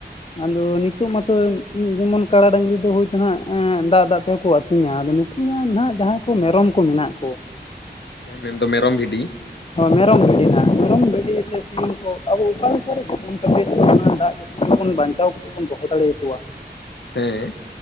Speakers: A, on the left; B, on the left.
A: ᱟᱫᱚ ᱱᱤᱛᱚᱜ ᱢᱟᱛᱚ ᱡᱮᱢᱚᱱ ᱠᱟᱲᱟ ᱰᱟᱝᱨᱤ ᱫᱚ ᱦᱳᱭᱛᱳ ᱦᱟᱜ ᱫᱟᱜ ᱫᱟᱜ ᱛᱮᱦᱚᱸ ᱠᱚ ᱟᱛᱤᱧᱟ ᱟᱫᱚ ᱱᱩᱠᱩᱣᱟᱜ ᱱᱟᱜ ᱡᱟᱸᱦᱟᱭ ᱠᱚ ᱢᱮᱨᱚᱢ ᱠᱚ ᱢᱮᱱᱟᱜ ᱠᱚ᱾
B: ᱦᱮᱸ ᱢᱮᱱᱫᱚ ᱢᱮᱨᱚᱢ ᱵᱷᱤᱰᱤ᱾
A: ᱢᱮᱨᱚᱢ ᱵᱷᱤᱰᱤ ᱱᱟᱜ ᱢᱮᱨᱚᱢ ᱵᱷᱤᱰᱤ ᱥᱮ ᱥᱤᱸᱢ ᱠᱚ ᱟᱵᱚ ᱚᱠᱟ ᱞᱮᱠᱟᱨᱮ ᱡᱚᱛᱚᱱ ᱠᱟᱛᱮᱫ ᱚᱱᱟ ᱫᱟᱜ ᱡᱟᱯᱩᱫ ᱵᱟᱧᱪᱟᱣ ᱠᱟᱛᱮᱫ ᱵᱚᱱ ᱫᱚᱦᱚ ᱫᱟᱲᱮ ᱟᱠᱚᱣᱟ᱾
B: ᱦᱮᱸ